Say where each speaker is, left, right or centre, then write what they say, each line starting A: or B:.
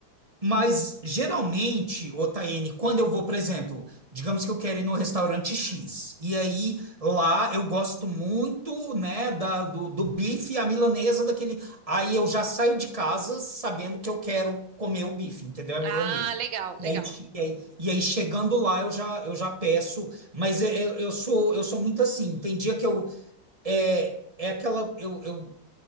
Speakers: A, on the right; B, on the right.
A: Mas geralmente, ô Taiane, quando eu vou, por exemplo, digamos que eu quero ir no restaurante X, e aí lá eu gosto muito, né, da, do, do bife à milanesa, daquele. Aí eu já saio de casa sabendo que eu quero comer o bife, entendeu? A
B: Ah,
A: milanesa.
B: legal, legal.
A: E aí, e aí- e aí, chegando lá eu já eu já peço, mas eu, eu eu sou eu sou muito assim. Tem dia que eu é, é aquela. Eu, eu,